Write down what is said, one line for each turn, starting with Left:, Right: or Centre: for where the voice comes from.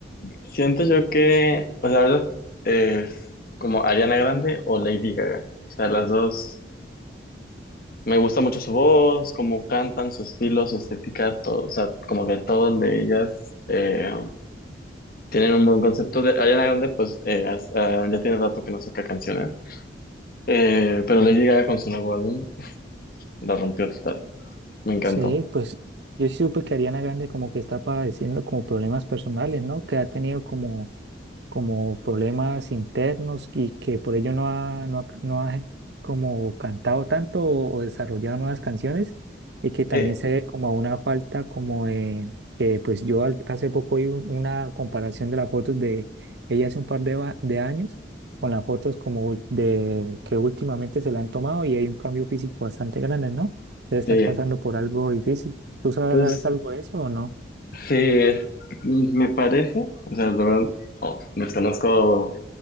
Left: Siento yo que, o sea, la verdad, es como Ariana Grande o Lady Gaga. O sea, las dos, me gusta mucho su voz, cómo cantan, su estilo, su estética, todo, o sea, como que todo el de ellas eh, tienen un buen concepto. De Ariana Grande, pues, eh, has- ah, ya tiene rato que no saca canciones, Eh, pero Lady Gaga con su nuevo álbum la rompió total, me encantó.
Right: Sí, pues yo sí supe que Ariana Grande como que está padeciendo como problemas personales, ¿no? Que ha tenido como como problemas internos y que por ello no ha, no ha- no ha como cantado tanto o, o desarrollado nuevas canciones y que también
Left: Sí,
Right: se ve como una falta como de que pues yo al- hace poco vi un- una comparación de las fotos de ella hace un par de, va- de años con las fotos como ul- de que últimamente se le han tomado y hay un cambio físico bastante grande, ¿no? Debe estar
Left: sí,
Right: pasando por algo difícil. ¿Tú sabrás
Left: pues,
Right: algo de eso o no?
Left: sí, es- me parece, o sea, la verdad, oh, desconozco